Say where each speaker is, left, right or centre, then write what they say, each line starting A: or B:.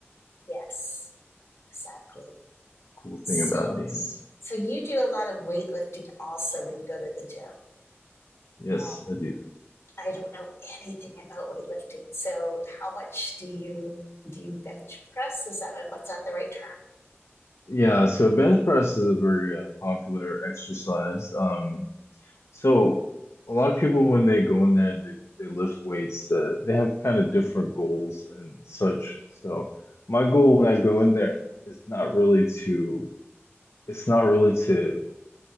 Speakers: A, on the left; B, on the left.
A: Yes, exactly.
B: Cool thing
A: So,
B: about dance.
A: So you do a lot of weightlifting also when you go to the gym.
B: Yes,
A: Um,
B: I do.
A: I don't know anything about weightlifting. So how much do you do you bench press? Is that what's that the right term?
B: Yeah, so bench press is a very uh, popular exercise. Um, So a lot of people when they go in there and they, they lift weights, uh, they have kind of different goals and such. So my goal when I go in there is not really to it's not really to